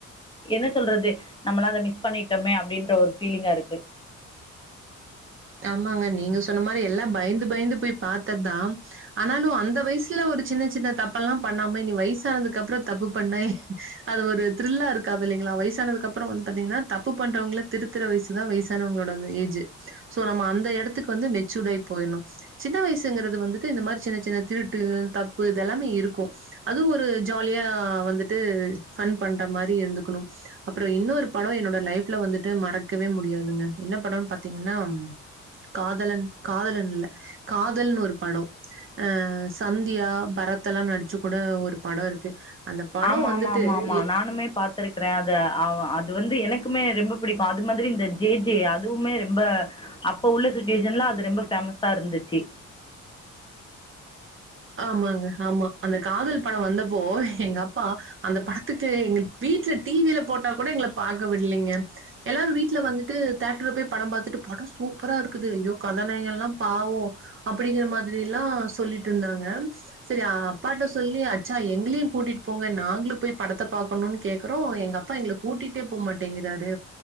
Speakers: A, on the left; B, on the right.
A: என்ன சொல்றது நம்மலா அத மிஸ் பண்ணிட்டமே அப்டின்ற ஒரு ஃபீலிங்கா இருக்கு
B: ஆமாங்க நீங்க சொன்ன மாரி எல்லா பயந்து பயந்து போய் பாத்ததுதான் ஆனாலும் அந்த வயசுல ஒரு சின்ன சின்ன தப்பல்லா பண்ணாம இனி வயசானதுக்கப்றோ தப்பு பண்ணா அது ஒரு த்ரில்லா இருக்காதில்லைங்களா வயசானதுக்கப்றோ வந்து பாத்தீங்கன்னா தப்பு பண்றவங்கள திருத்துற வயசுதா வயசானவங்களோடது ஏஜு சோ நம்ம அந்த எடத்துக்கு வந்து மெச்சூர்டாயி போய்ட்ணு சின்ன வயசுங்கிறது வந்துட்டு இந்த மாரி சின்ன சின்ன திருட்டுகள் தப்பு இதெல்லாமே இருக்கும் அது ஒரு ஜாலியா வந்துட்டு ஃபன் பண்ற மாரி இருந்துக்குணு அப்றோ இன்னொரு படோ என்னோட லைஃப்ல வந்துட்டு மறக்கவே முடியாதுங்க என்ன படோன்னு பாத்தீங்கன்னா காதலன் காதலன் இல்ல காதல்ன்னு ஒரு படோ ஆ சந்தியா பரத்தெல்லா நடிச்சு கூட ஒரு படோ இருக்கு அந்த படோ
A: ஆமா
B: வந்துட்டு
A: ஆமா ஆமா ஆமா
B: எ
A: நானுமே பாத்துருக்குறே அத அவன் அது வந்து எனக்கு குமே ரெம்ப பிடிக்கு அது மாதிரி இந்த ஜே ஜே அதுவுமே ரெம்ப அப்ப உள்ள சுச்சிவேஷன்ல அது ரெம்ப ஃபேமஸா இருந்துச்சு
B: ஆமாங்க ஆமா அந்த காதல் படோ வந்தப்போ எங்க அப்பா அந்த படத்துக்கு எங்க வீட்ல டிவில போட்டாக்கூட எங்கள பாக்க விட்லைங்க எல்லாரு வீட்ல வந்துட்டு தேட்டர்ல போய் படோ பாத்துட்டு படோ சூப்பரா இருக்குது ஐயோ கதாநாயகன்லா பாவோம் அப்டிங்கிற மாதிரில்லா சொல்லிட் ட்ருந்தாக சரி அப்பாட்ட சொல்லி அச்சா எங்களியும் கூட்டிட்டு போங்க நாங்களு போய் படத்த பாக்கணுன் கேக்குறோ எங்க அப்பா எங்கள கூட்டிட்டே போமாட்டேங்கிறாரு